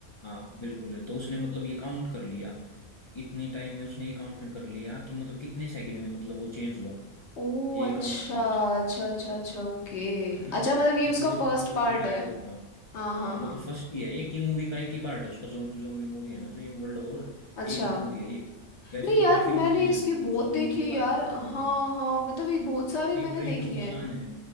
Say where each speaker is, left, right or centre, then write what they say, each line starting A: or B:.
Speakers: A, on the left; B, on the left.
A: हाँ बिल्कुल तो उसने मतलब ये काउंट कर लिया इतने टाइम में उसने ये काउंट कर लिया कि मतलब कितने सेकंड में मतलब वो चेंज हुआ
B: ओ
A: ये
B: अच्छा
A: काउंट कर लिया उसने
B: अच्छा अच्छा अच्छा ओके
A: है ना
B: अच्छा मतलब ये
A: क्योंकि
B: उसका
A: वो तो
B: फर्स्ट
A: मतलब
B: पार्ट
A: रिटायर्ड
B: है
A: हो गया
B: हाँ
A: हाँ
B: हाँ
A: मतलब
B: हाँ
A: फर्स्ट ही है एक ही मूवी का एक ही पार्ट है उसका जो जोम्बी मूवी है ना जो ये वर्ल्ड वॉर
B: अच्छा
A: एक ही मूवी है ये वैसे
B: नहीं
A: तो
B: यार
A: काफी
B: मैंने
A: मूवीज
B: इसकी
A: हैं मतलब
B: बहुत
A: जो जोम्बी
B: देखी
A: के
B: है यार
A: बारे में बता
B: हाँ
A: देंगे
B: हाँ मतलब ये बहुत सारी मैंने
A: एक ट्रेन
B: देखी
A: टू बुसान
B: है
A: है